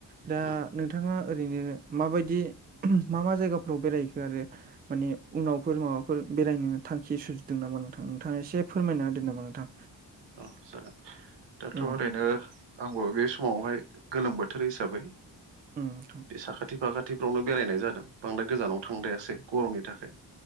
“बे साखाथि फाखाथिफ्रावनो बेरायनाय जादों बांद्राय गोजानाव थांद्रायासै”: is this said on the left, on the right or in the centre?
Right